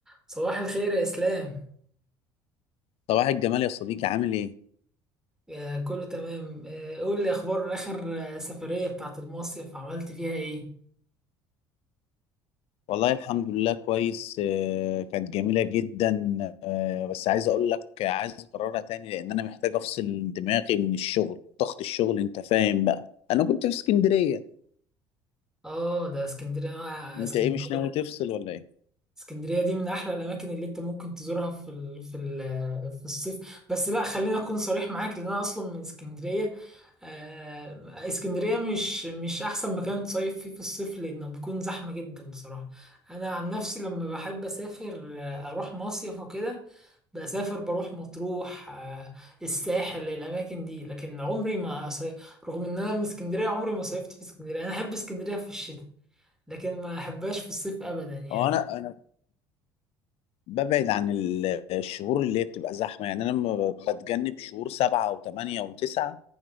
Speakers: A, in the centre; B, on the left.
A: صباح الخير يا إسلام
B: صباح الجمال يا صديقي عامل ايه؟
A: يا كله تمام آه، قول لي أخبار آخر آه، سفرية بتاعت المصيف عملت فيها إيه؟
B: والله الحمد لله كويس آه، كانت جميلة جدا آه، بس عايز اقول لك عايز اكررها تاني لان انا محتاج افصل دماغي من الشغل ضغط الشغل انت فاهم بقى انا كنت في اسكندرية
A: آه ده اسكندرية آه،
B: انت
A: اسكندرية
B: ايه مش ناوي تفصل ولا ايه؟
A: اسكندرية دي من أحلى الأماكن اللي أنت ممكن تزورها في ال... في ال... آه، في الصيف بس لا خليني أكون صريح معاك لأن أنا أصلا من اسكندرية آه، اسكندرية مش مش أحسن مكان تصيف فيه في الصيف لأنه بيكون زحمة جدا بصراحة أنا عن نفسي لما بحب أسافر آه، أروح مصيف وكده بسافر بروح مطروح آه، الساحل الاماكن دي لكن عمري ما صي... رغم ان انا من اسكندريه عمري ما صيفت في اسكندريه انا احب اسكندريه في الشتاء لكن ما احبهاش في الصيف ابدا يعني
B: هو انا ببعد عن ال- الشهور اللي هي بتبقى زحمة يعني أنا لما ب- بتجنب شهور سبعة وثمانية وتسعة